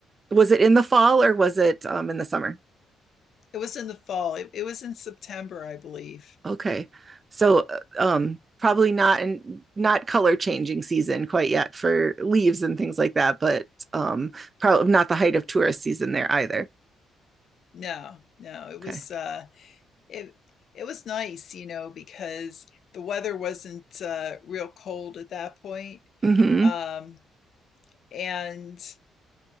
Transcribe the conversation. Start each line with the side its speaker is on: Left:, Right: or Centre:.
Right: was it in the fall or was it um, in the summer?
Left: it was in the fall. It, it was in September, I believe.
Right: Okay, so uh, um, probably not in not color changing season quite yet for leaves and things like that, but um, probably not the height of tourist season there either.
Left: No, no, it
Right: Okay,
Left: was uh, it it was nice, you know, because the weather wasn't uh, real cold at that point,
Right: mm-hmm.
Left: um, and